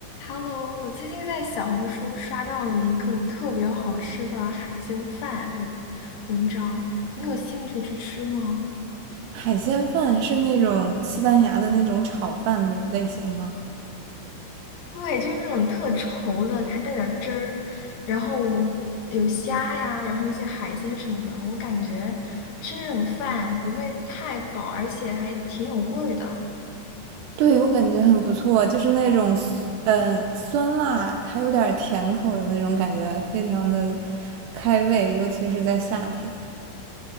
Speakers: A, on the left (about 75°); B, on the right (about 80°).
A: Hello，我最近在小红书刷到了一个特别好吃的海鲜饭的文章，你有兴趣去吃吗？
B: 海鲜饭是那种西班牙的那种炒饭的类型吗？
A: 对，就是那种特稠的，还带点儿汁儿，然后有虾呀，然后一些海鲜什么的。我感觉吃这种饭不会太饱，而且还挺有味儿的。
B: 对，我感觉很不错，就是那种嗯、呃酸辣还有点甜口的那种感觉，非常的开胃，尤其是在夏天。